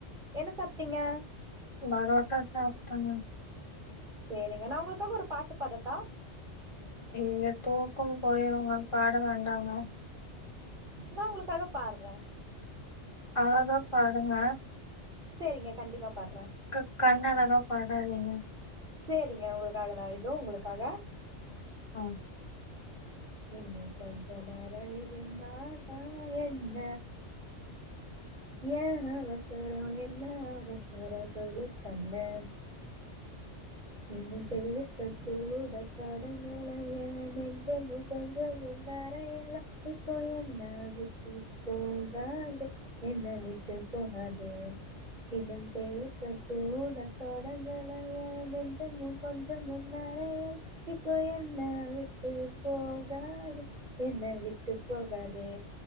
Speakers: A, on the right; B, on the left.
A: என்ன சாப்டீங்க
B: பாரோட்டா சாப்ட்ட மேம்
A: சேரிங்க நா உங்களுக்காக ஒரு பாட்டு பாடட்டா
B: அய்யய்யோ தூக்கோ போயிருங்க மேம் பாட வேண்டா மேம்
A: நா உங்களுக்காக பாட்றே
B: அழகா பாடுங்க
A: சேரிங்க கண்டிபா பாட்றே
B: க கண்ணாலல்லா படாதீங்க
A: சேரிங்க உங்களுக்காக நா இதோ உங்களுக்காக
B: ஆ
A: இன்னு கொஞ்ச நேர இருந்தாதா என்ன ஏ அவசரோ என்ன அவசரோ சொல்லு கண்ணே இன்னு பேச கூட தொடங்கள எ நெஞ்சமு கொஞ்சமு நெறயல இப்போ என்ன விட்டு போகாத என்ன விட்டு போகதெ இன்னு பேச கூட‌ தொடங்கல எ நெஞ் சமு கொஞ்சமு நெனயல இப்ப என்ன விட்டு போகாத என்ன விட்டு போகாதே